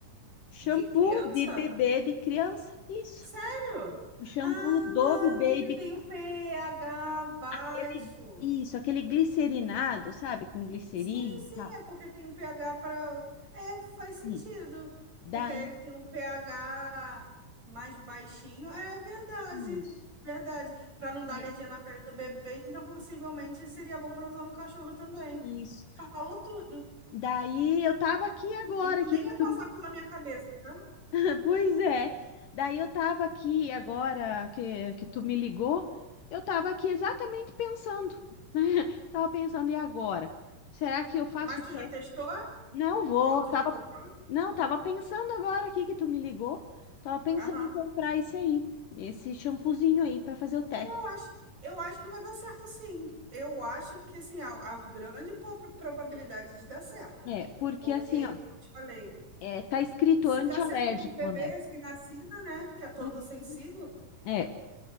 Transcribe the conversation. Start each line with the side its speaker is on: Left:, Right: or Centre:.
Left: shampoo
Right: De criança?
Left: de bebê de criança. Isso,
Right: Sério?
Left: o shampoo
Right: Ah,
Left: Dove Baby
Right: porque tem o pH baixo.
Left: Aquele, isso, aquele glicerinado, sabe? Com glicerina
Right: Sim, sim,
Left: e tal.
Right: é porque tem o pH para. É, faz sentido.
Left: Isso. Daí,
Right: Porque ele tem um pH mais baixinho. É verdade,
Left: isso.
Right: verdade. Para não
Left: Daí,
Right: dar alergia na pele do bebê, então possivelmente seria bom para usar no cachorro também.
Left: isso.
Right: Falou tudo.
Left: Daí eu tava aqui agora,
Right: Isso
Left: que,
Right: nem
Left: que
Right: ia
Left: tu...
Right: passar pela minha cabeça, tá?
Left: <laughs> Pois é. Daí eu tava aqui agora que, que tu me ligou, eu tava aqui exatamente pensando, né? <laughs> Tava pensando, e agora? Será que eu faço
Right: Mas tu
Left: o teste?
Right: já testou?
Left: Não vou,
Right: Ou tu
Left: tava...
Right: já comprou?
Left: Não, tava pensando agora aqui que tu me ligou, tava pensando
Right: Aham.
Left: em comprar esse aí, esse shampoozinho aí pra fazer o teste.
Right: Eu acho, eu acho que vai dar certo, sim. Eu acho que assim, há, há grande po- probabilidade de dar certo.
Left: É, porque
Right: Porque,
Left: assim, ó,
Right: como eu te falei,
Left: é, tá escrito
Right: se
Left: antialérgico,
Right: dá certo para um bebê
Left: né?
Right: recém-nascido, né? Que é todo
Left: Uhum.
Right: sensível,
Left: É,